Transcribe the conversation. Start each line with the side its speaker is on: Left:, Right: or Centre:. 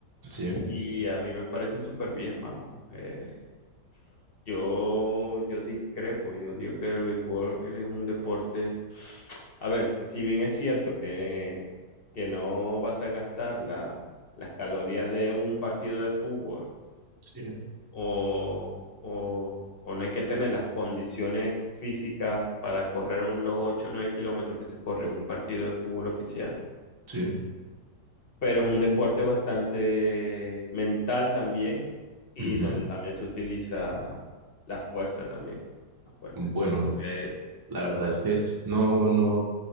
Right: Sí,
Left: Y a mí me parece súper bien, vamos. Eh, yo, yo discrepo, yo digo que el béisbol él es un deporte. A ver, si bien es cierto que, que no vas a gastar la- las calorías de un partido de fútbol
Right: sí,
Left: o, o- o no hay que tener las condiciones físicas para correr un- los 8 o 9 kilómetros que se corre en un partido de fútbol oficial,
Right: sí.
Left: pero es un deporte bastante mental también y
Right: ujú.
Left: donde también se utiliza la fuerza también, la fuerza.
Right: Bueno,
Left: Entonces,
Right: la verdad es que no, no,